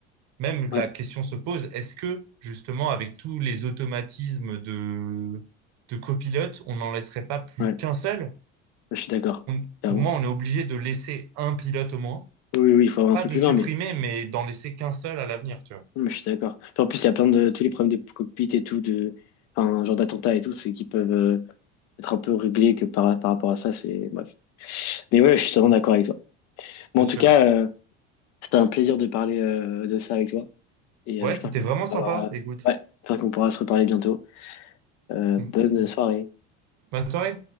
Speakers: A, on the right; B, on the left.
A: Même
B: Ouais,
A: la question se pose, est-ce que justement avec tous les automatismes de, de copilote, on n'en laisserait pas plus
B: ouais,
A: qu'un seul?
B: je suis d'accord.
A: On-
B: Clairement.
A: pour moi, on est obligé de laisser un pilote au moins,
B: Oui, oui, il faut avoir
A: pas
B: un truc
A: de
B: humain,
A: supprimer,
B: mais,
A: mais d'en laisser qu'un seul à l'avenir, tu vois.
B: mais je suis d'accord. Puis en plus, il y a plein de tous les problèmes de cockpit et tout, de, enfin, genre d'attentats et tout, c'est qui peuvent euh, être un peu réglés que par, par rapport à ça, c'est bref. Mais ouais, je suis totalement
A: Ouais,
B: d'accord
A: C'est
B: avec toi.
A: c'est
B: Mais en
A: sûr.
B: tout cas. euh, C'était un plaisir de parler euh, de ça avec toi. Et
A: Ouais,
B: euh, j'espère
A: c'était
B: qu'on
A: vraiment sympa.
B: pourra, alors, euh,
A: Écoute,
B: ouais, j'espère qu'on pourra se reparler bientôt. Euh,
A: Mm.
B: bonne soirée.
A: bonne soirée.